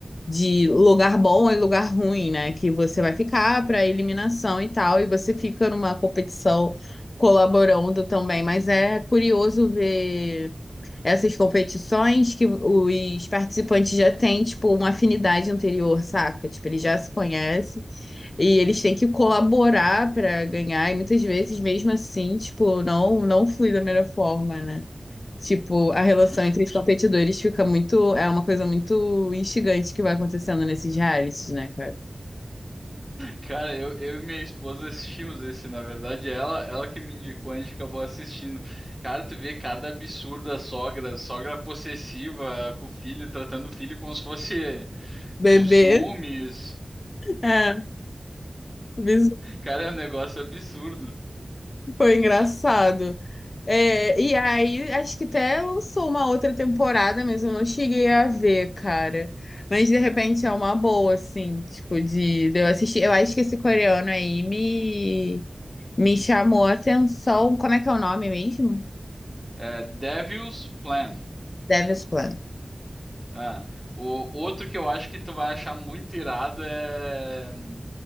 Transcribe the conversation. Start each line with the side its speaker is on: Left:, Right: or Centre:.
Left: de lugar bom e lugar ruim, né? Que você vai ficar para eliminação e tal, e você fica numa competição colaborando também. Mas é curioso ver essas competições que os participantes já têm, tipo, uma afinidade anterior, saca? Tipo, eles já se conhecem e eles têm que colaborar para ganhar, e muitas vezes, mesmo assim, tipo, não, não flui da melhor forma, né? Tipo,
Centre: <laughs>
Left: a relação entre os competidores fica muito. É uma coisa muito instigante que vai acontecendo nesses realities, né, cara?
Centre: Cara, eu, eu e minha esposa assistimos esse, na verdade, ela, ela que me indicou, a gente acabou assistindo. Cara, tu vê cada absurda sogra, sogra possessiva com o filho, tratando o filho como se fosse <laughs>
Left: Bebê.
Centre: com ciúmes.
Left: <laughs> É, isso
Centre: Cara, é um negócio absurdo.
Left: foi engraçado. É, e aí, acho que até lançou uma outra temporada, mas eu não cheguei a ver, cara. Mas de repente é uma boa, assim, tipo, de, de eu assistir. Eu acho que esse coreano aí me, me chamou a atenção. Como é que é o nome mesmo?
Centre: É, Devil's Plan.
Left: Devil's Plan.
Centre: Ah, o outro que eu acho que tu vai achar muito irado é hum,